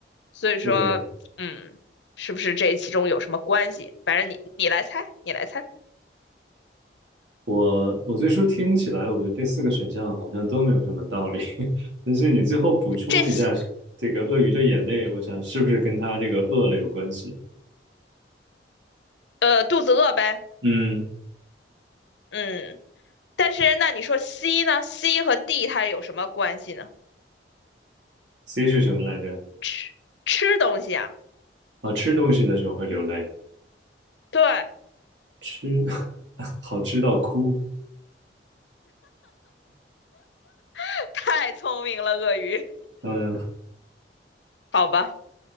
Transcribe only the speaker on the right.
对
我我最初听起来，我觉得这四个选项好像都没有什么道理，<laughs> 但是你最后补充了一下这个鳄鱼的眼泪，
我想是不是跟它这个饿了有关系？
嗯
，C 是什么来着？
啊，吃东西的时候会流泪。
吃 <laughs> 好吃到哭，
嗯，